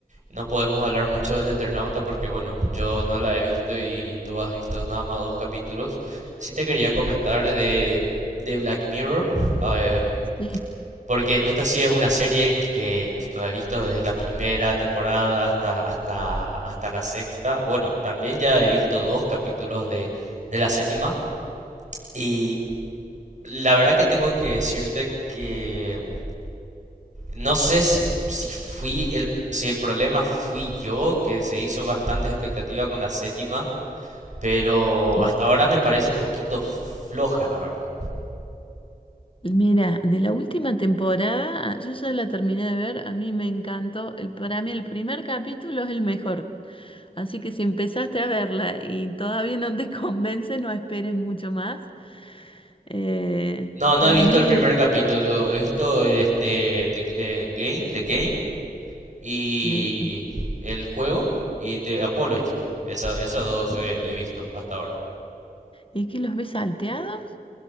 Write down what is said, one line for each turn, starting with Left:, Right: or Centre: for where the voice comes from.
Right: No podemos hablar mucho del Eternauta porque, bueno, yo no la he visto y tú has visto nada más dos capítulos. Sí te quería comentar de, de Black Mirror, eh,
Left: Sí,
Right: porque esta sí es una serie que la he visto desde la primera temporada hasta, hasta, hasta la sexta. Bueno, también ya he visto dos capítulos de, de la séptima y la verdad que tengo que decirte que no sé si, si fui el, si el problema fui yo, que se hizo bastante expectativa con la séptima, pero
Left: la-
Right: hasta ahora me parece un poquito floja, la verdad.
Left: Mira, de la última temporada, yo ya la terminé de ver, a mí me encantó. El, para mí el primer capítulo es el mejor. Así que si empezaste a verla y todavía no te <laughs> convence, no esperes mucho más. Eh,
Right: No, no
Left: para
Right: he visto
Left: mí,
Right: el primer
Left: el-
Right: Mm, capítulo, he visto este The, eh, Game, The Game y
Left: de-
Right: el juego y The Apology. Esa- esas dos he, he visto hasta ahora.
Left: ¿y que los ves salteados?